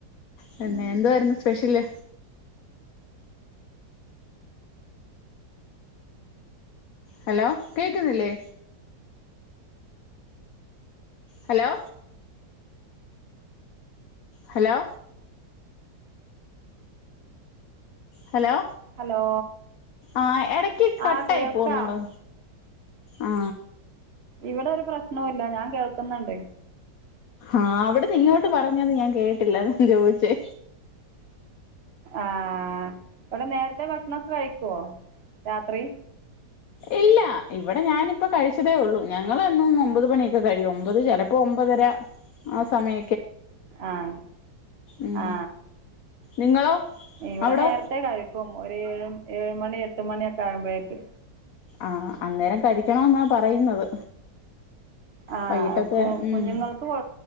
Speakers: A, on the left; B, on the right.
A: പിന്നെ
B: ഉം
A: എന്തായിരുന്നു സ്പെഷ്യല്. ഹലോ കേൾക്കുന്നില്ലേ? ഹലോ ഹലോ ഹലോ
B: ഹലോ
A: ആ ഇടക്ക് കട്ടായി
B: ആ കേൾക്കാം
A: പോകുന്നുണ്ടോ? ആ
B: ഇവിടെ ഒരു പ്രശ്നവല്ല ഞാൻ കേൾക്കുന്നുണ്ട്.
A: ആഹ അവിടെന്ന് ഇങ്ങോട്ട് പറഞ്ഞത് ഞാൻ കേട്ടില്ലാൻ ചോദിച്ചേ.
B: ആഹ ഇവിടെ നേരത്തെ ഭക്ഷണംക്കെ കഴിക്കുവോ? രാത്രി.
A: ഇല്ല ഇവിടെ ഞാനിപ്പ കഴിച്ചതേ ഉള്ളൂ. ഞങ്ങൾ എന്നുംന്ന് ഒമ്പത് മണിയൊക്കെ കഴിയും മ്പത് ചിലപ്പോ ഒമ്പതര ആ സമയ
B: ആഹ
A: ഉം
B: ആ
A: നിങ്ങളോ
B: ഇവിടെ
A: അവിടോ
B: നേരത്തെ കഴിക്കും. ഒരുഏഴ ഏഴ മണി എട്ട് മണിയൊക്കെ ആകുമ്പോഴേക്ക്.
A: ആഹ അന്നേരം കഴിക്കണം. എന്നാ പറയുന്നത്.
B: ആ
A: വൈകിട്ടത്തെ ഉം
B: കുഞ്ഞുങ്ങൾക്ക് കൊ